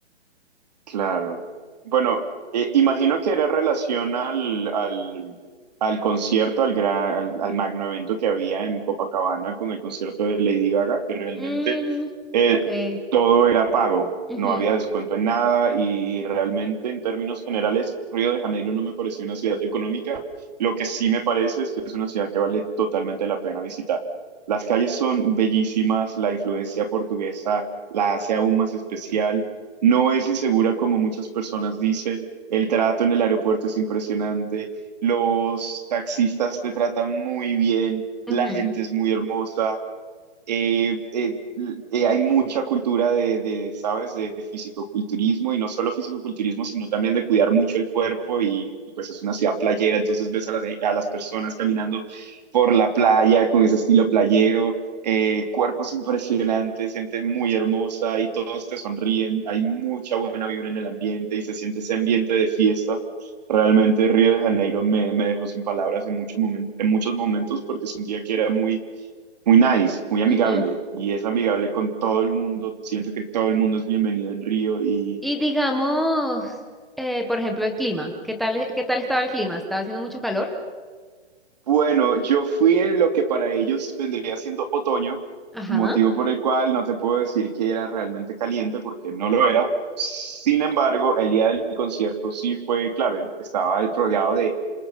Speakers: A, on the right; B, in the centre.
A: Claro. Bueno, eh, imagino que era relación al, al, al concierto, al, gran, al, al magno evento que había en Copacabana con el concierto de Lady Gaga, que realmente
B: Mm,
A: eh,
B: ok.
A: todo era pago,
B: Ujú,
A: no había descuento en nada y realmente en términos generales Río de Janeiro no me pareció una ciudad económica, lo que sí me parece es que es una ciudad que vale totalmente la pena visitar. Las calles son bellísimas, la influencia portuguesa la hace aún más especial. No es insegura como muchas personas dicen. El trato en el aeropuerto es impresionante. Los taxistas te tratan muy bien. La
B: ujú,
A: gente es muy hermosa eh, eh, eh, hay mucha cultura de, de, ¿sabes?, de fisicoculturismo y no solo fisicoculturismo, sino también de cuidar mucho el cuerpo y, y pues es una ciudad playera, entonces ves a las, a las personas caminando por la playa con ese estilo playero, eh, cuerpos impresionantes, gente muy hermosa y todos te sonríen, hay mucha buena vibra en el ambiente y se siente ese ambiente de fiesta. Realmente Río de Janeiro me, me dejó sin palabras en, mucho momen en muchos momentos porque sentía que era muy muy nice, muy amigable
B: ujú.
A: y es amigable con todo el mundo. Siento que todo el mundo es bienvenido en Río y
B: Y digamos, eh, por ejemplo, el clima, ¿qué tal, qué tal estaba el clima? ¿Estaba haciendo mucho calor?
A: bueno, yo fui en lo que para ellos vendría siendo otoño,
B: Ajá.
A: motivo por el cual no te puedo decir que era realmente caliente porque no lo era. Sin embargo, el día del concierto sí fue, clave estaba rodeado de